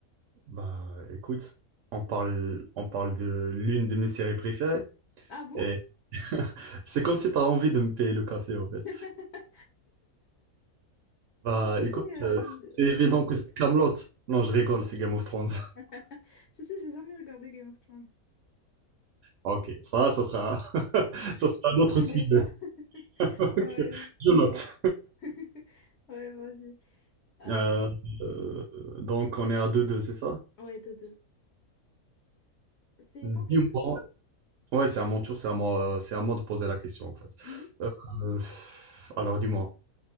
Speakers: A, on the right; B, on the left.
A: Bah écoute, on parle, on parle de l'une de mes séries préférées
B: Ah bon?
A: et <laughs> c'est comme si tu as envie de me payer le café en
B: <laughs>
A: fait. Bah
B: Non, tu sais,
A: écoute,
B: euh,
A: euh,
B: je-
A: c'est évident
B: ouais.
A: que c'est Camelot. Non, je rigole, c'est Game of Thrones. <laughs>
B: <laughs> Tu sais, j'ai jamais regardé Game of Thrones.
A: Ok, ça, ça sera, <laughs> ça sera
B: Un autre
A: un autre
B: sujet,
A: sujet.
B: ça.
A: <laughs>
B: <laughs>
A: Ok,
B: Ouais.
A: je note.
B: <laughs> Ouais, vas-y. Euh,
A: Euh, euh, donc, on est à deux deux, c'est ça?
B: ouais, Dodo. C'est
A: Dis-moi.
B: Tempour, c'est ça?
A: Ouais, c'est à mon tour, c'est à moi, c'est à moi de poser la question, en fait.
B: Mhm.
A: Euh, euh, alors, dis-moi,